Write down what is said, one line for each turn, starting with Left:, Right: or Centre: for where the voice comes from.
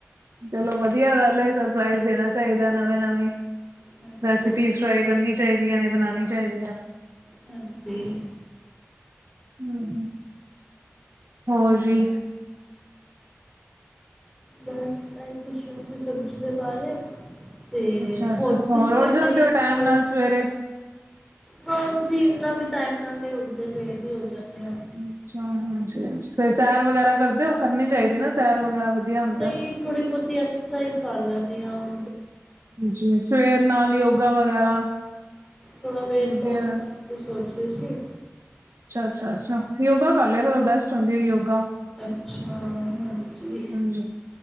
Right: ਚਲੋ ਵਧੀਆ ਗੱਲ ਸਰਪ੍ਰਜ਼ ਦੇਣਾ ਚਾਹੀਦਾ ਨਵੇ ਨਵੀ
Centre: ਹਾਂਜੀ
Right: ਰੈਸਪੀ ਟਰਾਈ ਕਰਨੀ ਚਾਹੀਦੀ ਆਂ ਨੇ ਬਣਾਉਣੀ ਚਾਹੀਦੀਆਂ ਨੇ
Centre: ਹਾਂਜੀ
Right: ਹਮ ਹ ਹੋਰ ਜੀ
Centre: ਬਸ ਇਹੀ ਪੁੱਛਣਾ ਸੀ ਸਬਜ਼ੀ ਦੇ ਬਾਰੇ ਤੇ
Right: ਅੱਛਾ-ਅੱਛਾ
Centre: ਹੋਰ ਤੁਸੀਂ ਕੋਈ
Right: ਉੱਠ
Centre: ਇਨਾ
Right: ਜਾਂਦੇ
Centre: ਹੀ
Right: ਹੋ ਟਾਈਮ
Centre: ਹੋਰ
Right: ਨਾਲ ਸਵੇਰੇ
Centre: ਹਾਂਜੀ ਇੰਨਾ ਵੀ ਟਾਈਮ ਨਾਲ ਨਹੀਂ ਉੱਠਦੇ ਲੇਟ ਹੀ ਹੋ ਜਾਂਦੇ ਆ
Right: ਅੱਛਾ ਹਾਂ ਹਾਂ ਫਰ ਸੈਰ ਵਗੈਰਾ ਕਰਦੇ ਹੋ ਉਹ ਕਰਨੀ ਚਾਹੀਦੀ ਨਾ ਸੈਰ ਵਗੈਰਾ ਵਧੀਆ ਹੁੰਦਾ
Centre: ਨਹੀਂ ਥੋੜ੍ਹੀ ਬਹੁਤੀ ਐਕਸਰਸਾਈਜ਼ ਕਰ ਲੈਦੀ ਆ ਉਹ
Right: ਜੀ ਸਵੇਰ ਨਾਲ ਯੋਗਾ ਵਗੈਰਾ
Centre: ਥੋੜਾ ਵੇਟ
Right: ਵਧੀਆ
Centre: ਲੋਸ ਕਰਨ ਦੀ ਸੋਚ ਰਹੀ ਸੀ
Right: ਅੱਛਾ ਅੱਛਾ ਅੱਛਾ ਯੋਗਾ ਕਰ ਲਿਆ ਕਰੋ ਬੈਸਟ ਹੁੰਦੀ ਆ ਯੋਗਾ
Centre: ਅੱਛਾ ਹਾਂਜੀ
Right: ਹਾਂਜੀ